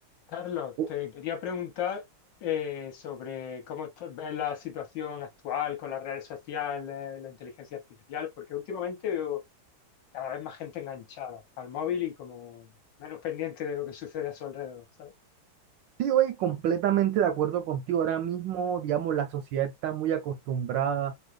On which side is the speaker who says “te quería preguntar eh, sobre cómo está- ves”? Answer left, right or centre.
Left